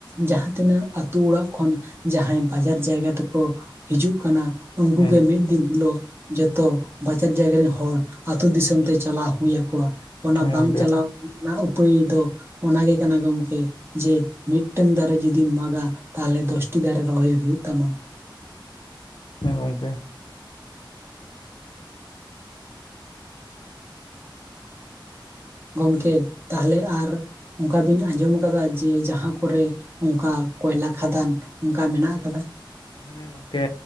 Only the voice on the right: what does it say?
ᱡᱟᱦᱟᱸ ᱛᱤᱱᱟᱹᱜ ᱟᱹᱛᱩ ᱚᱲᱟᱜ ᱠᱷᱚᱱ ᱡᱟᱦᱟᱸᱭ ᱵᱟᱡᱟᱨ ᱡᱟᱭᱜᱟ ᱛᱮᱠᱚ ᱦᱤᱡᱩᱜ ᱠᱟᱱᱟ ᱩᱱᱠᱩᱜ
ᱜᱮ ᱢᱤᱫ ᱫᱤᱱ ᱦᱤᱞᱳᱜ ᱡᱚᱛᱚ ᱵᱟᱡᱟᱨ ᱡᱟᱭᱜᱟ ᱨᱮᱱ ᱦᱚᱲ᱾ ᱟᱹᱛᱩ ᱫᱤᱥᱚᱢ ᱛᱮ ᱪᱟᱞᱟᱣ ᱦᱩᱭ ᱟᱠᱚᱣᱟ᱾ ᱚᱱᱟ
ᱵᱟᱝ
ᱪᱟᱞᱟᱣ ᱚᱱᱟ ᱩᱯᱟᱹᱭ ᱫᱚ ᱚᱱᱟᱜᱮ ᱠᱟᱱᱟ ᱜᱚᱝᱠᱮ ᱡᱮ ᱢᱤᱫᱴᱟᱹᱝ ᱫᱟᱨᱮ ᱡᱩᱫᱤᱢ ᱢᱟᱜᱟ᱾ ᱛᱟᱦᱚᱞᱮ ᱫᱚᱥᱴᱤ ᱫᱟᱨᱮ ᱨᱚᱦᱚᱭ ᱦᱩᱭᱩᱜ ᱛᱟᱢᱟ᱾
ᱜᱚᱝᱠᱮ ᱛᱟᱦᱚᱞᱮ ᱟᱨ ᱚᱱᱠᱟ ᱵᱤᱱ ᱟᱸᱡᱚᱢ ᱟᱠᱟᱫᱟ᱾ ᱡᱮ ᱡᱟᱦᱟᱸ ᱠᱚᱨᱮ ᱚᱱᱠᱟ ᱠᱚᱭᱞᱟ ᱠᱷᱟᱫᱟᱱ ᱾ ᱚᱱᱠᱟ ᱢᱮᱱᱟᱜ ᱟᱠᱟᱫᱟ?